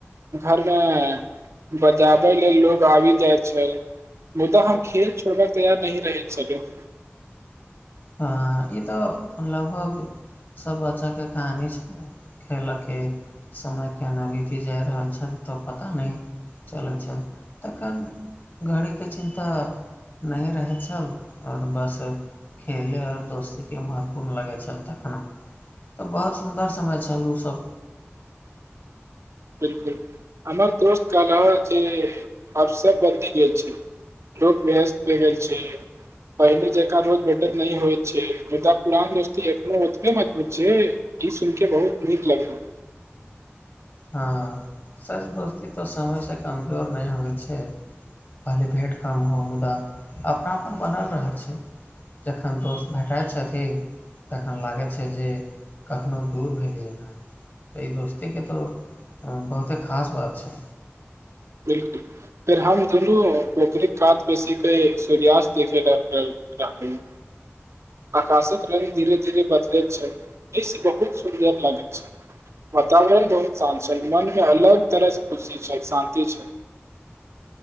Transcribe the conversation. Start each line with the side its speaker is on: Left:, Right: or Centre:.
Right: घर मे बजाबै लेल लोग आबि जाय छै मुदा हम खेल छोड़बाक तैयार नहि रह सकै
Left: हं ई तऽ लगभग सब बच्चा के कहानी खेलऽ के समय केना बीति जाय रहल छय तव पता त नै चलै छ तखन घड़ीके चिन्ता नय रहै छल आओर बस खेले आऔ दोस्ती के महत्वपूर्ण लागै चलता खाना तऽ बहुत सुन्दर समय छल ओ सब
Right: बिलकुल हमर दोस्त कहल जे आब सब बदलि गेल छै रूप मेहस्त में गेल छी पहिने जेका रोज बेेडद न होय छै मुदा पुरान दोस्ती एखनो ओतबे मजबूत छै ई सुइन के बहुत नीक लगली
Left: हँ सच दोस्ती तऽ समय से कमजोर नहि होइ छै पहले भेँट कम हो मुदा अपनापन बनल रहै छै जखन दोस्त भेटइत छथिन तखन लागै छै जे कखनो दूर भेलिये ने तऽ ई दोस्तीके तऽ हँ बहुते खास बात छै
Right: ब फेर हम दुनू पोखरिक कात बेसीके सूर्यास्त देखे रह रह रहलू आकाशक रंग धीरे धीरे बदलैत छै जैस बहुत सुन्दर लागैत छै वातावरण बहुत शान्त छै मन मे अलग तरह से खुशी छै शान्ति छै